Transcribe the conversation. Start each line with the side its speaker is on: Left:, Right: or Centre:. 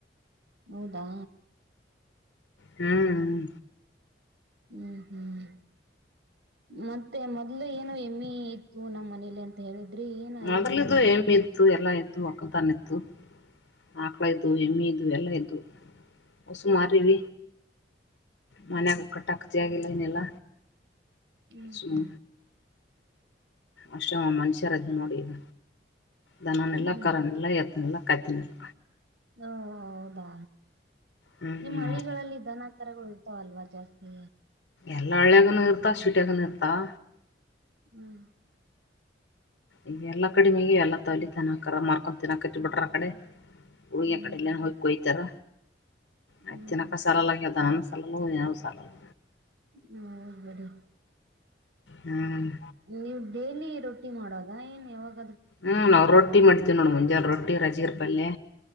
Right: ಹೌದಾ
Left: ಹ್ಮ್
Right: ಹ್ಮ್ ಹ್ಮ್ ಮತ್ತೆ ಮೊದ್ಲು ಏನು ಹೆಮ್ಮಿ ಇತ್ತು ನಮ್ಮ್ ಮನೇಲಿ ಅಂತ ಹೇಳ ದ್ರಿ ಏನಾಯ್ತು
Left: ಅದರಲ್ಲಿದ್ದು
Right: ಎಮ್ಮಿ
Left: ಎಮ್ಮೆ ಇತ್ತು ಎಲ್ಲ ಇತ್ತು ಒಕ್ಕಲತನ ಇತ್ತು ಆಕ್ಳ ಇದ್ದುವ ಎಮ್ಮಿ ಇದುವ ಎಲ್ಲ ಇದ್ದುವು ಹೊಸೂ ಮಾರೀವ ಮನ್ಯಾಗ ಕಟ್ಟಾಕ್ ಜಾಗಿಲ್ಲ ಏನಿಲ್ಲ
Right: ಹ್ಮ್
Left: ಸುಮ್ಮ
Right: ಹ್ಮ್
Left: ಅಷ್ಟೇ ನೋಡ ಮನುಷ್ಯರದಿವ ನೋಡ ಈಗ ದನನಿಲ್ಲ
Right: ಹ್ಮ್ ಹ್ಮ್
Left: ಕರನಿಲ್ಲ ಎತ್ತನಿಲ್ಲ ಕತ್ತಿನಿಲ್ಲ
Right: ಹ್ಮ್ ಹ್ಮ್ ಓ ಹೌದಾ
Left: ಹ್ಞೂ
Right: ನಿಮ್ಮ್ ಹಳಿಗಳಲ್ಲಿ ದನಕರಗಳು ಅಲ್ವಾ ಜಾಸ್ತಿ
Left: ಎಲ್ಲ ಹಳ್ಳ್ಯಾಗನ ಇರ್ತಾ ಸ್ವೀಟ್ಯಾಗನು ಇರ್ತಾವ
Right: ಹ್ಮ್
Left: ಈಗ ಎಲ್ಲಾ ಕಡಿ ಮೇಲ್ಲಾ ತಲಿ ತನಕ ಮಾರ್ಕೊ ತಿನ್ನಾಕ್ತ ಬಿಟ್ರ ಆ ಕಡೆ ಹೋಗಿ
Right: ಹ್ಮ್
Left: ಅಕಡೆಲ್ಲನ್
Right: ಹ್ಮ್
Left: ಹೋಗಿ ಕೋಯ್ತಾರ ಆಯ್ತತಿನಕ
Right: ಹ್ಮ್
Left: ಸಾಲಲ್ಲಗದ ಹಣ್ಣ ಸಾಲಲ್ಲುವ ಏನು ಸಾಲಲ್ಲ
Right: ಹ್ಮ ಹೌದ ಬಿಡು
Left: ಹ್ಮ್
Right: ನೀವ ಡೇಲಿ ರೊಟ್ಟಿ ಮಾಡೋದಾ ಏನ್ ಯಾವಾಗ
Left: ಹ್ಮ್ ನಾವ್ ರೊಟ್ಟಿ ಮಾಡ್ತೀವ್ ನೋಡ ಮುಂಜಾನ ರೊಟ್ಟಿ ರಾಜಗಿರ ಪಲ್ಲೆ